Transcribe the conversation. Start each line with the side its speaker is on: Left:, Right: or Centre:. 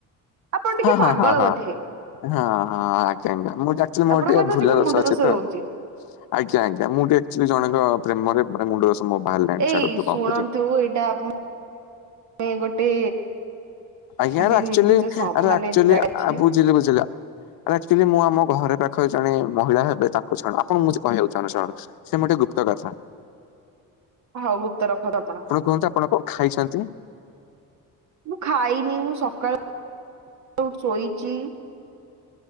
Right: ଆପଣ ଟିକେ
Left: ହଁ
Right: ପାଗଳ
Left: ହଁ ହଁ ହଁ
Right: ବୋଧେ
Left: ହଁ ହଁ ଆଜ୍ଞା ଆଜ୍ଞା। ମୁଁ ଆଚୁଲି ମୋର
Right: ଆପଣଙ୍କ
Left: ଟିକେ
Right: ବୋଧେ
Left: ଭୁଲ ଦୋଷ
Right: ମୁଣ୍ଡ
Left: ଅଛି ତ
Right: ରହୁଛି।
Left: ଆଜ୍ଞା ଆଜ୍ଞା ମୁଁ ଟିକେ ଆଚୁଲି ଜଣ ପ୍ରେମରେ ମାନେ ମୁଣ୍ଡ ଦୋଷ ମୋର ବାହାରିଲାଣି
Right: ଏଇ
Left: ଛାଡନ୍ତୁ
Right: ଶୁଣନ୍ତୁ
Left: କଣ କରିବା।
Right: ଏଇଟା ମାନେ ଗୋଟେ
Left: ଆଜ୍ଞା
Right: ମାନେ
Left: ଆକଚୁଲି
Right: ନିର୍ଦ୍ଦିଷ୍ଟ ସ
Left: ଆରେ
Right: ମାନେ
Left: ଆକଚୁଲି
Right: ଜାଗା ଅଛି
Left: ଆ ବୁଝିଲି ବୁଝିଲି ଆରେ ଆକଚୁଲି ମୁଁ ଆମ ଘରେ ପାଖରେ ଜଣେ ମହିଳା ହେବେ ତାଙ୍କୁ ଛାଡ ଆପଣଙ୍କୁ ମୁଁ କିଛି କହିବାକୁ ଚାହୁଁନି ସେ ମୋର ଟିକେ ଗୁପ୍ତ କଥା। <inaudible>
Right: ହଉ ଗୁପ୍ତ ରଖନ୍ତୁ ଆପଣ
Left: କୁହନ୍ତୁ ଆପଣ କଣ ଖାଇଛନ୍ତି
Right: ମୁଁ ଖାଇ ମୁଁ ସକାଳୁ ଶୋଇଛି ।